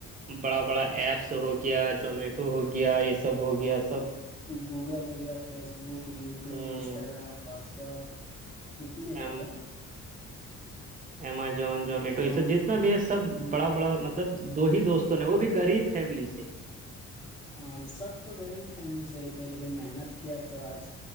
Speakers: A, on the right; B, on the left.
A: بڑا بڑا ایپس ہو گیا جومیٹو ہو گیا یہ سب ہو گیا سب
B: گوگل ہو گیا فیسبک یوٹیوب
A: ہوں
B: انسٹاگرام واٹسپ جتنے
A: ہ
B: بھی ہے
A: امازون جومیٹو
B: امیزون
A: یہ سب جتنا بیس سب بڑا بڑا مطلب دو ہی دوستوں نے وہ بھی غریب فیملی سے
B: ہاں سب تو غریب فیملی سے ہی تھے لیکن محنت کیا تو آج